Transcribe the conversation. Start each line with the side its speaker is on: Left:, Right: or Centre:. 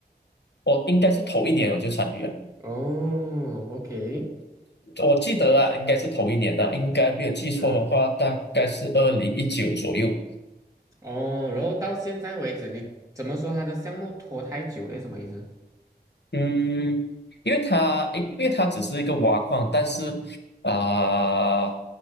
Left: 我应该是头一年我就参与了。
Right: 哦，OK，
Left: 我记得啊，应该是同一年的，应该没有记错的话，
Right: 嗯，
Left: 大概是二零一九左右。
Right: 哦，然后到现在为止，你怎么说它的项目拖太久了？什么意思？
Left: 嗯，因为它因因为它只是一个挖矿，但是啊、